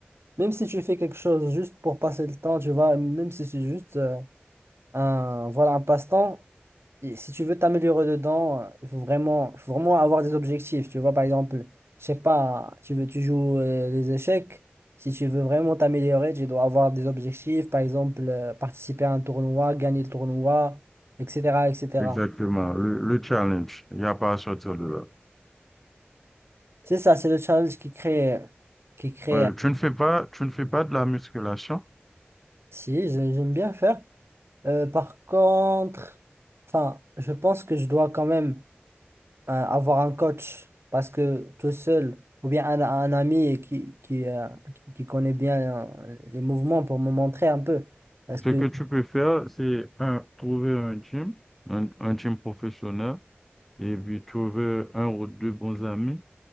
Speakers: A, on the right (about 85°); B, in the centre.
A: même si tu fais quelque chose juste pour passer le temps, tu vois, même si c'est juste euh, un voilà un passe-temps. Et si tu veux t'améliorer dedans, euh, il faut vraiment, il faut vraiment avoir des objectifs. Tu vois, par exemple, je sais pas, tu veux, tu joues euh, les échecs. Si tu veux vraiment t'améliorer, tu dois avoir des objectifs. Par exemple, euh, participer à un tournoi, gagner le tournoi, etc., etc.
B: Exactement, le, le challenge. Il n'y a pas à sortir de là.
A: C'est ça, c'est le challenge qui crée, qui crée.
B: Ouais,
A: euh,
B: tu ne fais pas, tu ne fais pas de la musculation?
A: Si, je- j'aime bien faire. Euh, par contre, enfin, je pense que je dois quand même un- avoir un coach parce que tout seul, ou bien un, un ami qui, qui, euh, qui qui connaît bien euh, les mouvements pour me montrer un peu. Parce que,
B: Ce que tu peux faire, c'est un, trouver un gym, un, un gym professionnel, et puis trouver un ou deux bons amis